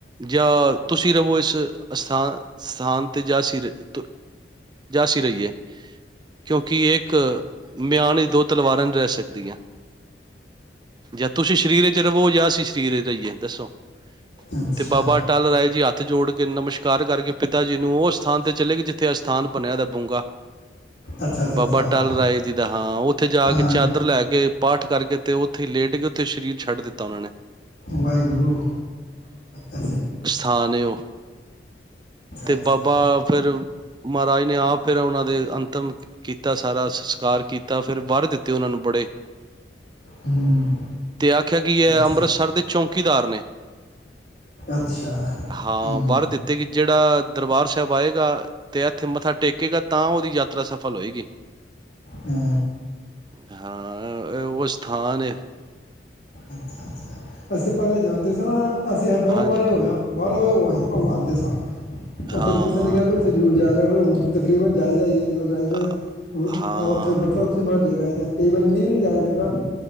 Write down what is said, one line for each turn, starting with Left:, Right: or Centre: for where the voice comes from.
Right: ਜਾਂ ਤੁਸੀਂ ਰਵੋ ਇਸ ਅਸਥਾਨ ਅਸਥਾਨ ਤੇ ਜਾਸੀ ਰ ਤ ਜਾਸੀ ਰਹੀਏ। ਕਿਉਂਕਿ ਇੱਕ, ਮਿਆਨ ਵਿਚ ਦੋ ਤਲਵਾਰਾਂ ਨੀ ਰਹਿ ਸਕਦੀਆਂ। ਜਾਂ ਤੁਸੀਂ ਸਰੀਰ ਵਿੱਚ ਰਵੋ ਜਾਂ ਅਸੀ ਸ ਧਿਰੇ ਤੋਂ ਹੀਏ ਦੱਸੋ
Left: ਅੱਛਾ
Right: ਤੇ ਬਾਬਾ ਟਾਲ ਰਾਏ ਜੀ ਆ ਜੋੜ ਕੇ ਨਮਸਕਾਰ ਕਰਕੇ ਪਿਤਾ ਜੀ ਨੂੰ ਉਹ ਅਸਥਾਨ ਤੇ ਚਲੇ ਗਏ, ਜਿੱਥੇ ਅਸਥਾਨ ਬਣਿਆ ਦਾ ਬੂੰਗਾ
Left: ਅੱਛਾ ਅੱਛਾ
Right: ਬਾਬਾ
Left: ਅੱਛਾ
Right: ਟਲ
Left: ਹਾਂ
Right: ਰਾਏ ਜੀ ਦਾ ਹਾਂ, ਉੱਥੇ ਜਾ
Left: ਆ
Right: ਕੇ ਚਾਦਰ ਲੈ ਕੇ ਪਾਠ ਕਰਕੇ ਤੇ ਉੱਥੇ ਲੇਟ ਗਿਆ, ਉੱਥੇ ਸਰੀਰ ਛੱਡ ਦਿੱਤਾ ਉਹਨਾਂ ਨੇ
Left: ਵਾਹਿਗੁਰੂ ਅ
Right: ਹਾਂ ਨਹੀ ਉਹ ਤੇ
Left: ਅੱਛਾ
Right: ਬਾਬਾ ਫੇਿਰ ਮਹਾਰਾਜ ਨੇ ਆਪ ਫਿਰ ਉਹਨਾਂ ਦੇ ਅੰਤਿਮ ਕੀਤਾ, ਸਾਰਾ ਸੰਸਕਾਰ ਕੀਤਾ। ਫਿਰ ਵਰ ਦਿੱਤੇ ਉਹਨਾਂ ਨੂੰ ਬੜੇ
Left: ਹਮ,
Right: ਤੇ ਆਖਿਆ ਕਿ ਇਹ
Left: ਅੱਛਾ
Right: ਅੰਮ੍ਰਿਤਸਰ ਦੇ ਚੌਕੀਦਾਰ ਨੇ
Left: ਅੱਛਾ
Right: ਹਾਂ
Left: ਹੂ
Right: ਵਰ ਦਿੱਤੇ ਕਿ ਦਰਬਾਰ ਸਾਹਿਬ ਆਏ ਤੇ ਇੱਥੇ ਮੱਥਾ ਟੇਕੇਗਾ ਤਾਂ ਉਹਦੀ ਯਾਤਰਾ ਸਫਲ ਹੋਏਗੀ।
Left: ਹੂ
Right: ਹਾਂ ਉਹ ਸਥਾਨ ਏ
Left: ਅੱਛਾ ਅੱਛਾ ਅਸੀਂ ਪਹਿਲੇ ਜਾਂਦੇ ਸੀ ਨਾ ਅਸੀਂ ਐਂ ਬਾਹਰੋਂ
Right: ਹਾਂਜੀ
Left: ਬਾਹਰ ਹੋਇਆ ਬਾਹਰੋਂ ਹੋ ਆਏ ਹੋ ਆਉਂਦੇ ਸਾਂ ਉਹ
Right: ਹਾਂ
Left: ਫਿਰ ਕਿਸੇ ਨੇ ਕਿਹਾ ਵੀ ਉੱਥੇ ਜਰੂਰ ਜਾਇਆ ਅ ਫਿਰ ਹੁ ਤਕਰੀਬਨ ਜਾਈਦਾ ਹੀ ਹੈ ਜਦੋ ਜਾਇਦਾ
Right: ਅ-
Left: <unintelligible>
Right: ਹਾਂ
Left: ਉੱਥੇ ਦੇ ਆਈਦਾ ਕਈ ਵਾਰੀ ਨਹੀਂ ਵੀ ਨ ਜਾਇਆ ਜਾਂਦਾ